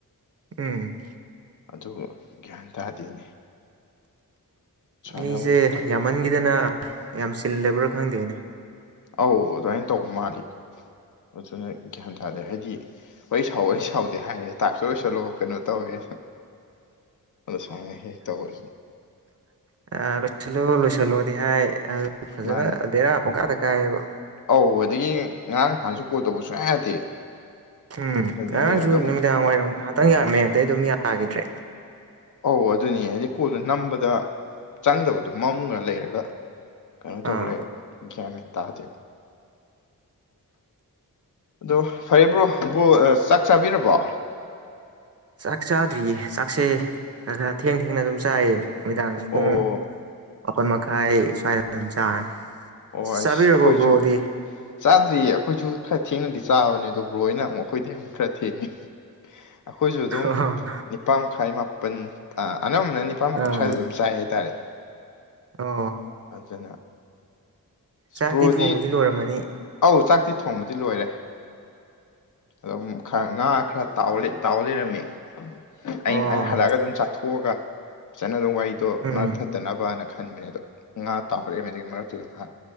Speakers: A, on the right; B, on the left.
A: ꯎꯝ
B: ꯑꯗꯨꯕꯨ ꯒ꯭ꯌꯥꯟ ꯇꯥꯗꯦꯅꯦ ꯁꯨꯃꯥꯏꯅ
A: ꯃꯤꯖꯦ
B: ꯑꯃꯨꯛ ꯇꯧꯋꯦ
A: ꯌꯥꯝꯃꯟꯒꯤꯗꯅ ꯌꯥꯝ ꯆꯤꯜꯂꯕ꯭ꯔꯥ ꯈꯪꯗꯦꯅꯦ
B: ꯑꯧ ꯑꯗꯨꯃꯥꯏꯅ ꯇꯧꯕ ꯃꯥꯜꯂꯤ ꯑꯗꯨꯅ ꯒ꯭ꯌꯥꯟ ꯇꯥꯗꯦ ꯍꯥꯏꯗꯤ ꯋꯥꯔꯤ ꯁꯥꯎ ꯋꯥꯔꯤ ꯁꯥꯎꯗꯤ ꯍꯥꯏꯔꯦ ꯇꯥꯛꯁ ꯇꯣ ꯂꯣꯏꯁꯜꯂꯣ ꯀꯩꯅꯣ ꯇꯧꯔꯦ
A: <inaudible>
B: ꯁꯨꯃꯥꯏꯅ ꯍꯦꯛ ꯇꯧꯕ
A: <inaudible> ꯑꯥ ꯂꯣꯏꯁꯤꯜꯂꯣ ꯂꯣꯏꯁꯤꯜꯂꯣꯗꯤ ꯍꯥꯏ ꯑꯥ ꯐꯖꯅ
B: ꯃꯥꯅꯤ
A: ꯕꯦꯔꯥ ꯄꯨꯡꯀꯥꯗ ꯀꯥꯏꯌꯦꯕ
B: ꯑꯧ ꯑꯗꯒꯤ ꯉꯔꯥꯡ ꯉꯥꯍꯥꯟꯁꯨ ꯀꯣꯜ ꯇꯧꯕ ꯁꯨꯡꯌꯥ ꯌꯥꯗꯦ
A: ꯎꯝ
B: ꯍꯥꯏꯗꯤ
A: ꯉꯔꯥꯡꯁꯨ
B: ꯑꯗꯨꯝ
A: ꯅꯨꯃꯤꯗꯥꯡ ꯋꯥꯏꯔꯝ ꯉꯥꯍꯥꯛꯇꯪ ꯌꯥꯔꯝꯃꯦ ꯑꯗꯩ ꯑꯗꯨꯝ ꯌꯥꯒꯤꯗ꯭ꯔꯦ
B: ꯑꯧ ꯑꯗꯨꯅꯤ ꯍꯥꯏꯗꯤ ꯀꯣꯜꯗꯣ ꯅꯝꯕꯗ ꯆꯪꯗꯕꯗꯣ ꯃꯝꯒ ꯂꯩꯔꯒ ꯀꯩꯅꯣꯝ
A: ꯑꯥ
B: ꯇꯧ ꯂꯩꯌꯦꯕꯥ ꯒ꯭ꯌꯥꯟ ꯃꯦꯟ ꯇꯥꯗꯦ ꯑꯗꯣ ꯐꯔꯦ ꯕ꯭ꯔꯣ ꯕ꯭ꯔꯣ ꯑ ꯆꯥꯛ ꯆꯥꯕꯤꯔꯕꯣ
A: ꯆꯥꯛ ꯆꯥꯗ꯭ꯔꯤꯌꯦ ꯆꯥꯛꯁꯦ ꯈꯔ ꯈꯔ ꯊꯦꯡ ꯊꯦꯡꯅ ꯑꯗꯨꯝ ꯆꯥꯏꯌꯦ ꯅꯨꯃꯤꯗꯥꯡ ꯄꯨꯡ
B: ꯑꯣ
A: ꯃꯥꯄꯟ ꯃꯈꯥꯏ ꯁ꯭ꯋꯥꯏ ꯑꯗꯨꯝ ꯆꯥꯅꯤ
B: ꯑꯣ ꯑꯁ
A: ꯆꯥꯕꯤꯔꯕꯣ
B: ꯑꯩꯈꯣꯏꯁꯨ
A: ꯕ꯭ꯔꯣꯗꯤ
B: ꯆꯥꯗ꯭ꯔꯤꯌꯦ ꯑꯩꯈꯣꯏꯁꯨ ꯈꯔ ꯊꯦꯡꯅꯗꯤ ꯆꯥꯕꯅꯦ ꯑꯗꯨ ꯕ꯭ꯔꯣꯅ ꯑꯃꯨꯛ ꯑꯩꯈꯣꯏꯗꯤ ꯑꯃꯨꯛ ꯈꯔ ꯊꯦꯡꯉꯦ
A: <inaudible>
B: ꯑꯩꯈꯣꯏꯁꯨ ꯑꯗꯨꯝ
A: ꯑꯣ
B: ꯅꯤꯄꯥꯥꯟ ꯃꯈꯥꯏ ꯃꯥꯄꯟ ꯑ ꯑꯅꯝꯕꯅ ꯅꯤꯄꯥꯥꯟ ꯃꯈꯥꯏ
A: ꯑꯥ
B: ꯁ꯭ꯋꯥꯏꯗ ꯑꯗꯨꯝ ꯆꯥꯏ ꯍꯥꯏꯇꯥꯔꯦ
A: ꯑꯣ
B: ꯖꯅ
A: ꯆꯥꯛꯇꯤ
B: ꯕ꯭ꯔꯣꯗꯤ
A: ꯊꯣꯡꯕꯗꯤ ꯂꯣꯏꯔꯝꯃꯅꯤ
B: ꯑꯧ ꯆꯥꯛꯇꯤ ꯊꯣꯡꯕꯗꯤ ꯂꯣꯏꯔꯦ ꯑꯗꯨꯝ ꯈꯥ ꯉꯥ ꯈꯔ ꯇꯥꯎ ꯂꯩ ꯇꯥꯎ ꯂꯩꯔꯝꯃꯦ ꯑꯩꯩꯅ
A: ꯑꯣ
B: ꯍꯥꯏꯅ ꯍꯜꯂꯛꯑꯒ ꯑꯗꯨꯝ ꯆꯥꯊꯣꯛꯑꯒ ꯐꯖꯅ ꯑꯗꯨꯝ ꯋꯥꯔꯤꯗꯣ
A: ꯎꯝ
B: ꯃꯔꯛ ꯊꯠ ꯇꯅꯕꯅ ꯈꯟꯕꯅꯦ ꯑꯗꯣ ꯉꯥ ꯇꯥꯎꯔ <unintelligible> ꯃꯔꯛꯇꯨꯗ ꯉꯍꯥꯛ